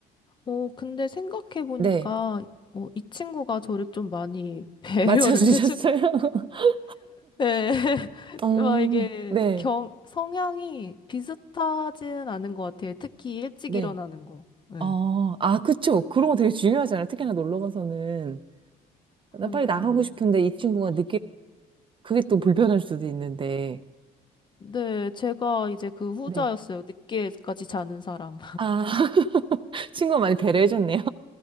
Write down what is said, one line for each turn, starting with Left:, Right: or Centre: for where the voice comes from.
Left: 어, 근데 생각해보니까,
Right: 네.
Left: 어, 이 친구가 저를 좀 많이 <laughs> 배려를
Right: 맞춰주셨어요?
Left: 해준,
Right: <laughs>
Left: 네. <laughs>
Right: 어,
Left: 막 이게
Right: 네,
Left: 경, 성향이 비슷하진 않은 것 같아요. 특히 일찍
Right: 네.
Left: 일어나는 거. 네.
Right: 어, 아, 그쵸. 그런 거 되게 중요하잖아요. 특히나 놀러 가서는.
Left: 그러니까요.
Right: 나 빨리 나가고 싶은데 이 친구가 늦게, 그게 또 불편할 수도 있는데.
Left: 네, 제가 이제 그 후자였어요.
Right: 네
Left: 늦게까지 자는 사람.
Right: 아, <laughs> 친구가 많이 배려해줬네요.